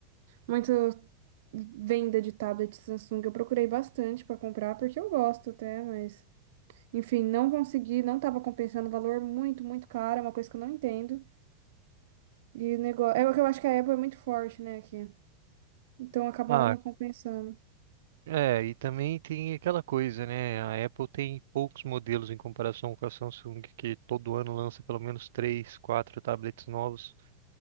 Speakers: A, on the right; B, on the right.
A: muito venda de tablet Samsung. Eu procurei bastante para comprar, porque eu gosto até, mas enfim, não consegui, não tava compensando o valor muito, muito caro, é uma coisa que eu não entendo. E negócio, é que eu acho que a Apple é muito forte, né, aqui. Então acabava
B: Ah,
A: não compensando.
B: é, e também tem aquela coisa, né? A Apple tem poucos modelos em comparação com a Samsung, que todo ano lança pelo menos três, quatro tablets novos,